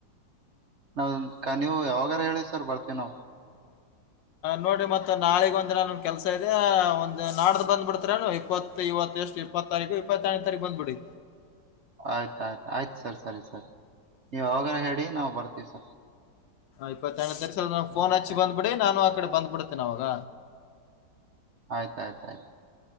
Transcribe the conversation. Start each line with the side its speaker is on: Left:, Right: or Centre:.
Right: ನಾವ ನೀವು ಯಾವಾಗಾರ ಹೇಳಿದಿ ಸರ್ ಬರ್ತೀವಿ ನಾವವು
Left: ನೋಡಿ ಮತ್ತತ್ ನಾಳೆ ಒಂದಿನಾನೊಂದ್ ಕೆಲ್ಸ ಇದೆ ಒಂದ್ ನಾಡ್ದು ಬಂದ್ಬಿಡ್ತ್ರನು ಇಪ್ಪತ್ತು ಇವತ್ತು ಎಷ್ಟು ಇಪ್ಪತ್ ತಾರೀಕು ಇಪ್ಪತ್ತೈನೇ ತಾರೀಕು ಬಂದ್ ಬಿಿಡಿ
Right: ಆಯ್ತಾಯ್ತು ಆಯ್ತು ಸರ್ ಸರಿ ಸರಿ ನೀವು ಅವಾಗ ಹೇಳಿ ನಾವು ಬರ್ತೀವಿ ಸರ್
Left: ಇಪ್ಪತ್ತತ್ ತಸ ನ ಫೋನ್
Right: ಆಯ್ತಾಯ್ತು
Left: ಹಚ್ಚಿ ಬಂದ್ಬಿಡಿ ನಾನು ಆ ಕಡೆ ಬಂದ್ಬಿಡತೇನ ಅವಾಗ
Right: ಆಯ್ತ ಆಯ್ತ ಆಯ್ತು